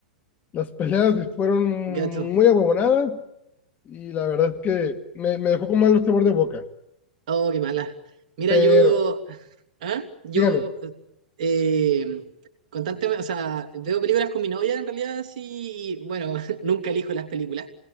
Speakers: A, on the left (about 30°); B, on the right (about 60°).
A: Las peleas <laughs> fueron
B: Gacho.
A: muy aguabonadas y la verdad es que me, me dejó con mal sabor de boca.
B: Oh, qué mala. Mira,
A: Pero,
B: yo ¿Ah? Yo
A: dígame.
B: eh, constantemente, o sea, veo películas con mi novia en realidad, sí, y, bueno, <laughs> nunca elijo las películas,